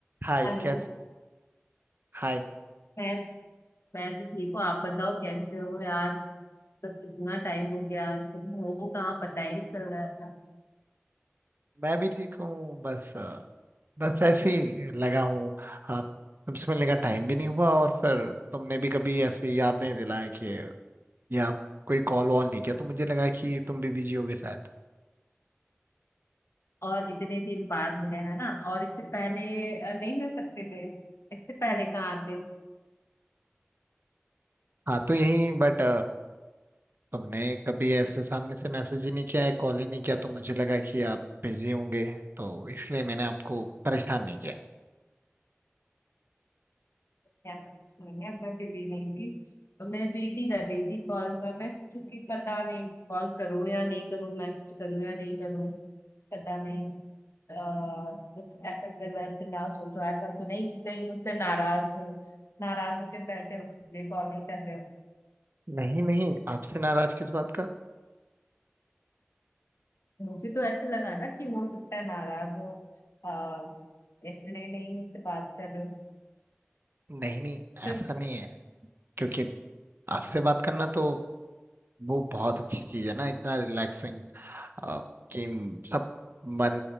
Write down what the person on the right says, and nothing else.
हाय
कैस हाय
मैं भी ठीक हूँ बस अ, बस ऐसे ही लगा हूँ आप तुमसे मिलने का टाइम भी नहीं हुआ और फिर तुमने भी कभी ऐसे याद नहीं दिलाया कि या कोई कॉल वॉल नहीं किया तो मुझे लगा कि तुम भी बिजी होगे शायद
हाँ तो यही बट तुमने कभी ऐसे सामने से मैसेज ही नहीं किया है कॉल ही नहीं किया तो मुझे लगा कि आप बिजी होंगे तो इसलिए मैंने आपको परेशान नहीं किया
नहीं नहीं आपसे नाराज किस बात का
नहीं नहीं
ऐसा नहीं है क्योंकि आपसे बात करना तो वो बहुत अच्छी चीज है ना इतना रिलैक्सिंग कि सब मन